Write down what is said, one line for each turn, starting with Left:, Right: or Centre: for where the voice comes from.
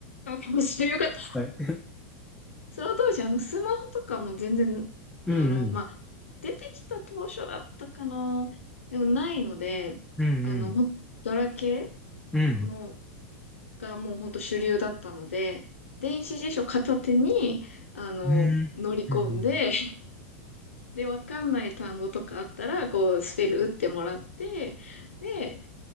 Left: あかもしれよかった。
Centre: はい。
Left: その当時、あの、スマホとかも全然、
Centre: うんうん。
Left: あの、まあ、出てきた当初だったかな。でもないので、
Centre: うんうん。
Left: あの、ほんガラケ
Centre: うん。
Left: ーのがもうほんと主流だったので、電子辞書片手に、あの、
Centre: うん。
Left: 乗り込んで、
Centre: うん
Left: で、わかんない単語とかあったら、こう、スペル打ってもらって、で、